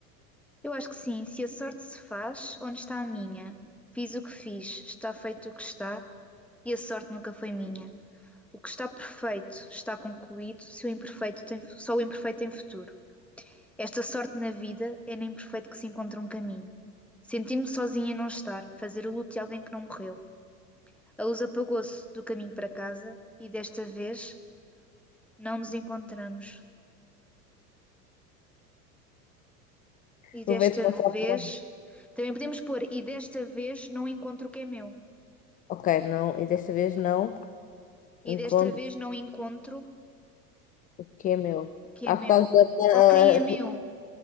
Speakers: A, in the centre; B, on the left.
A: Eu acho que sim, se a sorte se faz, onde está a minha? Fiz o que fiz, está feito o que está, e a sorte nunca foi minha. O que está perfeito está concluído, se o imperfeito tem, só o imperfeito tem futuro. Esta sorte na vida é no imperfeito que se encontra um caminho. Sentir-me sozinha e não estar, fazer o luto de alguém que não morreu. A luz apagou-se do caminho para casa, e desta vez não nos encontramos. E
B: Vou
A: desta
B: ver se não sabe.
A: vez. Também podemos pôr, e desta vez não encontro o que é meu.
B: Ok, não. E desta vez não. Encontro
A: e desta vez não encontro
B: quem é meu.
A: o que
B: Ah,
A: é meu.
B: por causa da...
A: Ou quem é meu.
B: da-